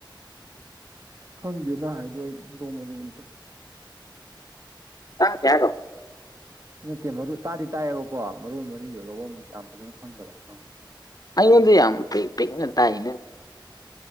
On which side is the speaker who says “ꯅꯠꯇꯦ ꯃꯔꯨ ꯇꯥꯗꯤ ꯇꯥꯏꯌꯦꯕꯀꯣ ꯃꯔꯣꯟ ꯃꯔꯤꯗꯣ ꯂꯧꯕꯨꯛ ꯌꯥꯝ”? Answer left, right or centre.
Right